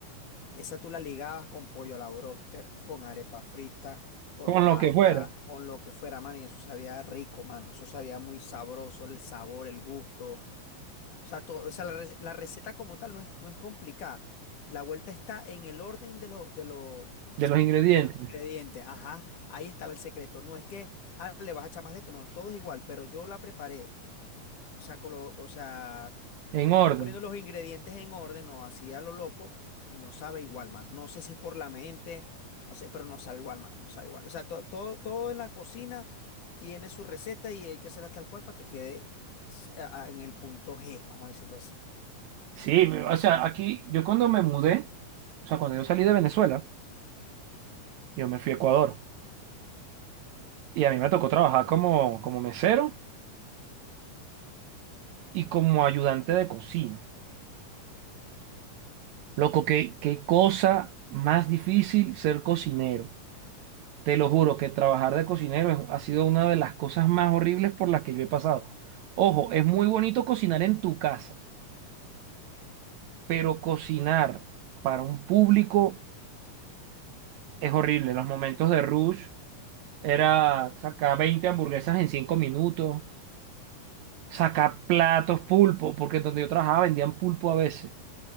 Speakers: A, on the left; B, on the right.
A: Esa tú la ligabas con pollo a la bróster, con arepa frita, con
B: con
A: pasta,
B: lo que fuera,
A: con lo que fuera, mano, y eso sabía rico, mano. Eso sabía muy sabroso, el sabor, el gusto. O sea, to- o sea, la, re- la receta como tal no es, no es complicada. La vuelta está en el orden de, lo- de, lo-
B: de los ingredientes.
A: de los ingredientes. Ajá, ahí está el secreto. No es que ah, le vas a echar más de esto, no, todo es igual, pero yo la preparé. O sea, con lo- o sea,
B: En orden.
A: no poniendo los ingredientes en orden, no, así a lo loco y no sabe igual, mano. No sé si es por la mente, no sé, pero no sabe igual, mano, no sabe igual. O sea, to- todo, todo en la cocina tiene su receta y hay que hacerla tal cual para que quede s- a- a- en el punto G, vamos a decirlo así.
B: Sí, o sea, aquí yo cuando me mudé, o sea, cuando yo salí de Venezuela, yo me fui a Ecuador y a mí me tocó trabajar como, como mesero y como ayudante de cocina. Loco, qué, qué cosa más difícil ser cocinero. Te lo juro que trabajar de cocinero es- ha sido una de las cosas más horribles por las que yo he pasado. Ojo, es muy bonito cocinar en tu casa, pero cocinar para un público es horrible. Los momentos de rush. Era sacar 20 hamburguesas en 5 minutos, sacar platos, pulpo, porque donde yo trabajaba vendían pulpo a veces.